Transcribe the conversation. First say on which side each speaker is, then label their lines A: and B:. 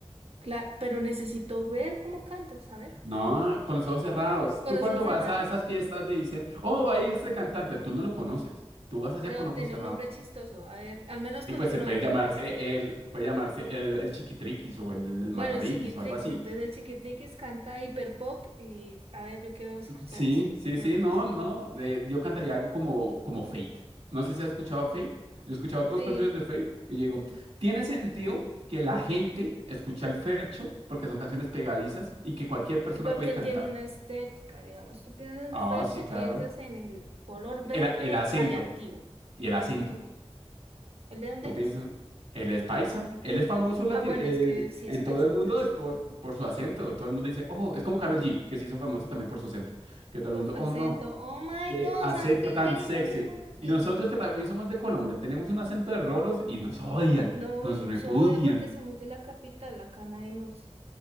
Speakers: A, on the right (about 65°); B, on the right (about 85°).
A: claro, pero necesito ver cómo cantas, a ver,
B: No, con los ojos cerrados.
A: con
B: Tú
A: los
B: cuando
A: dos cerrados,
B: vas a esas fiestas te dicen, oh, va a ir este cantante. Tú no lo conoces. Tú vas allá
A: pero
B: con ojos
A: tiene
B: cerrados.
A: un nombre chistoso, a ver, al menos
B: Y
A: con
B: pues
A: tu
B: se
A: nombre.
B: puede llamarse el, puede llamarse el, el Chiquitriquis o el
A: Bueno,
B: Matababies
A: el Chiquitriquis,
B: o algo así.
A: entonces el Chiquitriquis canta hiperpop y a ver, yo quiero escuchar
B: Sí,
A: Chiquitriquis,
B: sí, sí, no, no. de- yo cantaría algo como, como Fate. No sé si has escuchado Fate. Yo he escuchado dos
A: Sí.
B: canciones de Fate y yo digo, tiene sentido que la gente escucha el fercho porque son canciones pegadizas y que cualquier persona
A: Y porque
B: puede cantar.
A: él tiene una estética, digamos, tú piensas en
B: Ah,
A: Ferchi,
B: sí, claro.
A: piensas en el color
B: El,
A: verde
B: a- el acento
A: radiactivo.
B: y el acento.
A: ¿El de dónde
B: Tú
A: es?
B: piensas, él es paisa, él es famoso lati-
A: Ah, bueno,
B: eh,
A: es que sí
B: en
A: es paisa,
B: todo el
A: entonces,
B: mundo es por, por su acento. Todo el mundo dice, oh, es como Karol G, que se hizo famosa también por su acento. Que todo el
A: por
B: mundo,
A: su
B: oh,
A: acento.
B: no.
A: Oh my
B: Qué
A: God,
B: acento
A: I feel
B: tan
A: very,
B: sexy.
A: very happy.
B: Y nosotros que también somos de Colombia, tenemos un acento de rolos y nos odian,
A: No,
B: nos
A: no
B: repudian.
A: soy ah, porque somos de la capital, acá nadie nos,